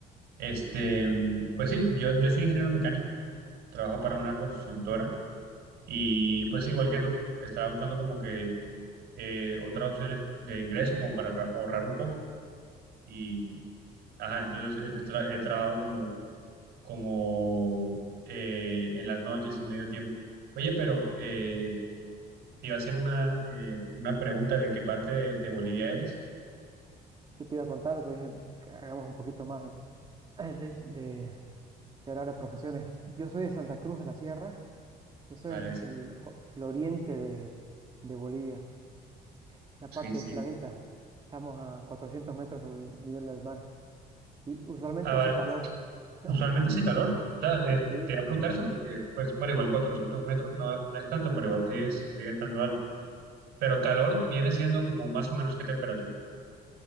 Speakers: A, on the right; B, on the right.
A: Este, pues sí, yo, yo soy ingeniero mecánico, trabajo para una consultora Y pues igual que tú, estaba buscando como que eh, otras opciones de ingreso
B: Ujú.
A: como para ahorra- ahorrar un poco. Y, ajá, entonces he, tra- he trabajado como, como eh, en las noches y medio tiempo. Oye, pero eh, te iba a hacer una, eh, una pregunta de qué parte de, de Bolivia eres.
B: Yo te iba a contar, pero dije, que hagamos un poquito más de, de- de- de hablar de profesiones. Yo soy de Santa Cruz de la Sierra, eso
A: Vale,
B: es
A: es-
B: el, o- el oriente de, de Bolivia, la
A: sí,
B: parte
A: sí.
B: planita. Estamos a 400 metros sobre el nivel del mar y usualmente
A: Ah, vale.
B: hace calor. <laughs>
A: Usualmente hace calor. O sea, eh,
B: Sí,
A: te iba a preguntar eso porque, pues, bueno, igual 400 metros no, no es tanto, pero igual sigue, sigue estando alto. Pero calor viene siendo como más o menos qué temperatura.